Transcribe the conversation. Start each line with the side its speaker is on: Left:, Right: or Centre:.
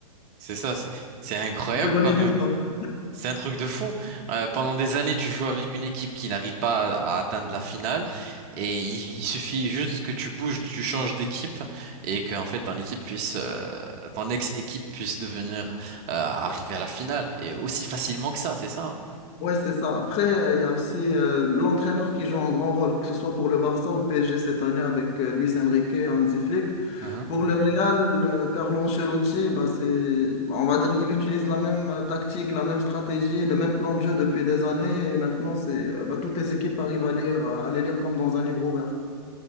Right: c'est ça, c'est, c'est incroyable
Left: l'ironie
Right: quand même.
Left: du sort.
Right: C'est un truc de fou. Euh, pendant des années, tu joues avec une équipe qui n'arrive pas à, à atteindre la finale, et il, il suffit juste que tu bouges, tu changes d'équipe, et qu'en fait ton équipe puisse, euh, ton ex-équipe puisse devenir euh, arriver à la finale, et aussi facilement que ça, c'est ça, hein
Left: Ouais, c'est ça. Après, euh, il y a aussi euh, l'entraîneur qui joue un grand rôle, que ce soit pour le Barça ou le PSG cette année avec euh, Luis Enrique et Hansi Flick.
Right: Mhm.
Left: Pour le Real, euh, Carlo Ancelotti, bah, c'est, on va dire qu'il utilise la même euh, tactique, la même stratégie, le même plan de jeu depuis des années. Et maintenant, c'est, euh, bah, toutes les équipes arrivent à lire, à les lire comme dans un livre ouvert.